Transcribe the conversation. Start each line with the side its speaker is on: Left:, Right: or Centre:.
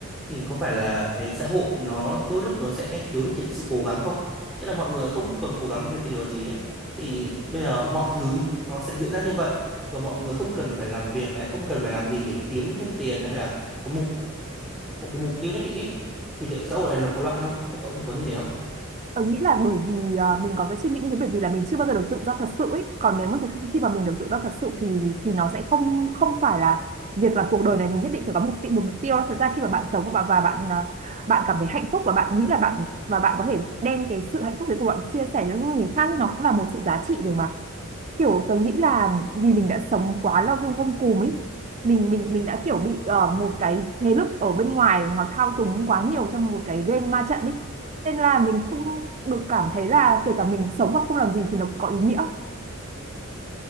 Centre: thì có phải là cái xã hội nó đôi lúc nó sẽ thiếu đi cái sự cố gắng không? Nghĩa là mọi người không còn cố gắng về cái điều gì ấy, thì bây giờ mọi thứ nó sẽ diễn ra như vậy và mọi người không cần phải làm việc này, không cần phải làm gì để kiếm thêm tiền hay là có một, một cái mục tiêu nhất định ấy, thì liệu xã hội này nó có loạn không? Thế Cậu có như thế không?
Right: tớ nghĩ là bởi vì à, mình có cái suy nghĩ như thế bởi vì là mình chưa bao giờ được tự do thật sự ấy còn nếu mà thực- khi mà mình được tự do thật sự thì thì nó sẽ không không phải là việc là cuộc đời này mình nhất định phải có một mục một mục tiêu đâu. thật ra khi mà bạn sống và và bạn à, bạn cảm thấy hạnh phúc và bạn nghĩ là bạn và bạn có thể đem cái sự hạnh phúc đấy của bạn chia sẻ cho những người khác nó cũng là một sự giá trị rồi mà kiểu tớ nghĩ là vì mình đã sống quá lâu trong gông cùm ấy mình mình mình đã kiểu bị ờ, một cái thế lực ở bên ngoài nó thao túng quá nhiều trong một cái game ma trận ấy nên là mình không được cảm thấy là kể cả mình sống mà không làm gì thì nó cũng có ý nghĩa